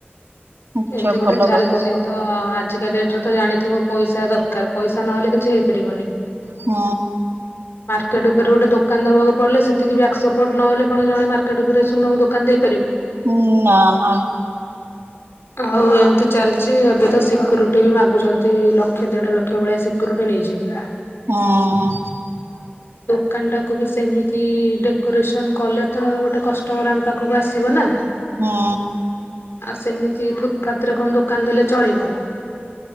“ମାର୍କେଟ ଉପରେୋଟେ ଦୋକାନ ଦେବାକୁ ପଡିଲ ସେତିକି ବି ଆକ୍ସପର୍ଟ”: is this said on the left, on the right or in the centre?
Left